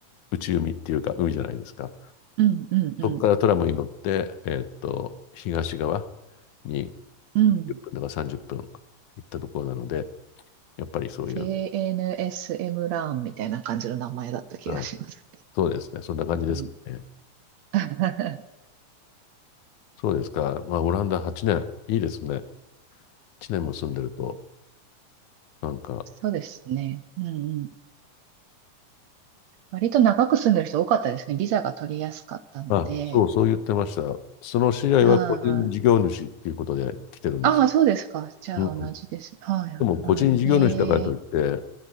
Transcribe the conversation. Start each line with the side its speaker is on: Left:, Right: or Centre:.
Left: 内海っていうか、海じゃないですか。
Right: うん、うん、
Left: そこからトラムに乗って、
Right: うん。
Left: えーっと、東側に1分だか30分行
Right: うん。
Left: ったところなので、やっぱりそういう、
Right: KNSM ラーンみたいな感じの名前だった気がします。
Left: あ、そうですね。そんな感じですかね。
Right: うん、<laughs>
Left: そうですか。まあ、オランダ8年、いいですね。1年も住んでると、なんか、
Right: そうですね。うんうん。割と長く住んでる人多かったですね。ビザが取りやすかったので。
Left: あ、そう、そう言ってました。その知り合いは個人事業主っていうことで来てるんですけど。
Right: ああああ、そうですか。じゃあ同じです。
Left: うん。
Right: はい。
Left: でも個人事業主だからといって、
Right: はい。ね